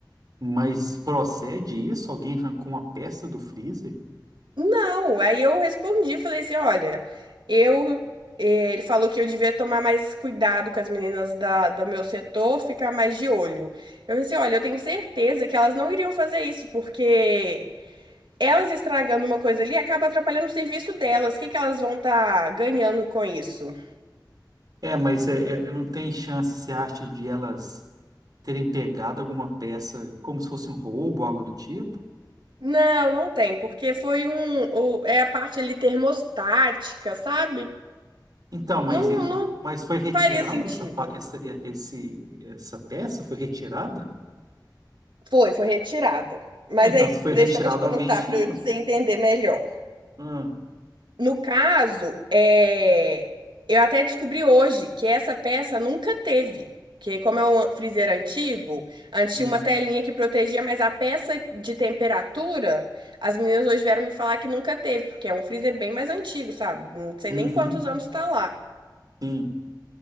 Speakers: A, on the right; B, on the right.
A: Mas procede isso? Alguém arrancou uma peça do freezer?
B: Não, aí eu respondi, falei assim, olha, eu, eh, ele falou que eu devia tomar mais cuidado com as meninas da, do meu setor, ficar mais de olho. Eu disse, olha, eu tenho certeza que elas não iriam fazer isso, porque elas estragando uma coisa ali acaba atrapalhando o serviço delas. O que que elas vão estar ganhando com isso?
A: É, mas é, é- não tem chance, você acha, de elas terem pegado alguma peça como se fosse um roubo, algo do tipo?
B: Não, não tem, porque foi um, o- é a parte ali termostática, sabe?
A: Então, mas,
B: Não,
A: e-
B: não
A: mas foi retirada
B: faria sentido.
A: essa, pa- essa, e- esse, essa peça? Foi retirada?
B: Foi, foi retirada. Mas
A: Ah, Então,
B: aí,
A: se foi
B: deixa
A: retirada,
B: eu te contar
A: alguém tirou.
B: para você entender melhor.
A: Ah,
B: No caso, é, eu até descobri hoje que essa peça nunca teve. Que como é um freezer antigo, antes
A: hum,
B: tinha uma telinha que protegia, mas a peça de temperatura, as meninas hoje vieram me falar que nunca teve, porque é um freezer bem mais antigo, sabe? Não sei
A: uhum,
B: nem quantos anos está lá.
A: sim.